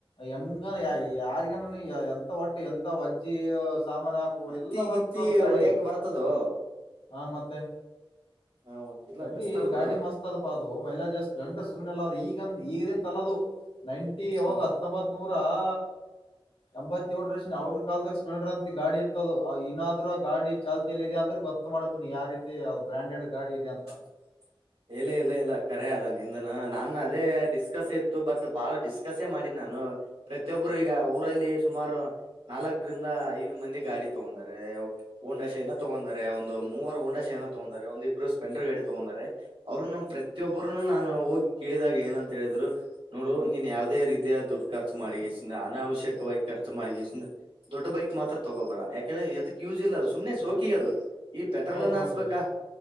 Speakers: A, on the left (about 75°); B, on the right (about 80°).
A: ಹೆಂಗನ ಯಾಯ್ ಯಾ ಈಗ ನಾನು ಎಂತ ಒಟ್ಟು ಎಂತ ವಜ್ಜಿ ಸಾಮಾನ್ ಹಾಕು
B: ಹತ್ತಿ
A: ಎಲ್ಲ ಹೊರ್ತದ್
B: ಗಿತ್ತಿ
A: ಗಾಡಿ
B: ಹೊಡ್ಯಕ್ ಬರ್ತದೋ
A: ಹಾ ಮತ್ತೆ
B: ಹ ಮತ್ತ ಇಲ್ಲ
A: ಗಡ್ಡಿ
B: ಬೆಸ್ಟ್ ಅದ್
A: ಗಾಡಿ
B: ಬಿಡು
A: ಮಸ್ತ್ ಅದ್ ಪಾ ಅದು ಮೈಲಾಾಜ್ ಎಷ್ಟ್ ಶನ್ಟ ಸುಮ್ನೆ ಎಲ್ಲ ಅದ್ ಈಗನ್ ಈಗಂತಲ್ಲದು ನೈಂಟಿ ಅವಾಗ
B: ಹೌದು
A: ಹತ್ತೊಂಬತ್ ನೂರಾ ಹಾ ಎಂಬತ್ತೋಳ್ ವರ್ಷ ಅವವಾಗಿನ್ ಕಾಲದಾಗ ಸ್ಪ್ಲೆಂಡರ್ ಅಂತ ಗಾಡಿ ಇತ್ತದು ಆ ಇನ್ನಾದ್ರೂ ಆ ಗಾಡಿ ಚಾಲ್ತಿಿಯಲ್ಲಿದೆ ಅಂದ್ರೆ ಗೊತ್ತ ಮಾಡ್ಕನಿ ಯಾವ ರೀತಿ ಅದು ಬ್ರಾಂಡೆಡ್ ಗಾಡಿ ಇದೆ ಅಂತ
B: ಮ್ಚ್ಚ್ ಇಲ್ಲ ಇಲ್ಲ ಇಲ್ಲ ಕರೆ ಅದ ನಿಂದ್ನೂ ನಾನು ಅದೇ ಡಿಸ್ಕಸ್ ಇತ್ತು ಬಟ್ ಬಾಳ ಡಿಸ್ಕಸ್ಸೇ ಮಾಡಿನ್ ನಾ ನಾನು ಪ್ರತಿಯೊಬ್ಬರು ಈಗ ಊರಲ್ಲಿ ಸುಮಾರು ನಾಲ್ಕರಿಂದ ಐದು ಮಂದಿ ಗಾಡಿ ತಗೊಂಡರೆ ಓಂಡಾಶೆ ಇಂದ ತಗೊಂದಾರೆ ಒಂದು ಮೂವರು ಓಂಡಾಶೆ ಇಂದ ತಗೊಂದಾರೆ ಒಂದಿಬ್ರು ಸ್ಪೆಲ್ನಡರ್ ಗಾಡಿ ತಗೊಂದಾರೆ ಅವರುನು ಪ್ರತಿಯೊಬ್ಬರುನು ನಾನು ಹೋಗಿ ಕೇಳಿದಾಗ ಏನಂತ ಹೇಳಿದ್ರು ನೋಡು ನೀನ್ ಯಾವದೇ ರೀತಿಯ ದುಡ್ ದುಡ್ಡ ಖರ್ಚು ಮಾಡಿ ಸುಮ್ನೇ ಅನಾವಶ್ಯಕ ವಾಗಿ ಖರ್ಚು ಮಾಡಿ ಸುಮ್ನೆ ದೊಡ್ಡ ಬೈಕ್ ಮಾತ್ರ ತಗೋಬೇಡ ಯಾಕ ಹೇಳ್ದ್ರೆ ಎದಕ್ಕೆ ಯೂವ್ಸ್ ಇಲ್ಲ ಅದು ಸುಮ್ನೆ ಸೋಕಿಗ್ ಅದು ಈ ಪೆಟ್ರೋಲುನ್ನಾ
A: ಹೌದೌದೌದು
B: ಹಾಕ್ಸಬೇಕಾ